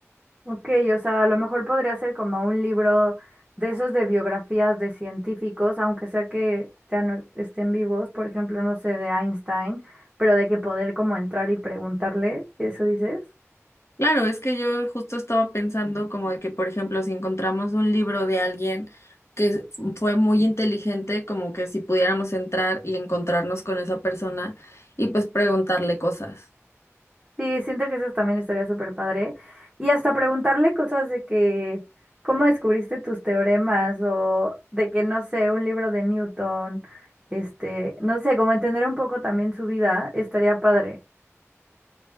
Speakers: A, on the right; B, on the left.
A: Ok, o sea, a lo mejor podría ser como un libro de esos de biografías de científicos, aunque sea que ya no estén vivos, por ejemplo, no sé, de Einstein, pero de que poder como entrar y preguntarle, ¿eso dices?
B: Claro, es que yo justo estaba pensando como de que, por ejemplo, si encontramos un libro de alguien que fue muy inteligente, como que si pudiéramos entrar y encontrarnos con esa persona y pues preguntarle cosas.
A: Sí, siento que eso también estaría súper padre. Y hasta preguntarle cosas de que, ¿cómo descubriste tus teoremas? O de que, no sé, un libro de Newton, este, no sé, como entender un poco también su vida, estaría padre.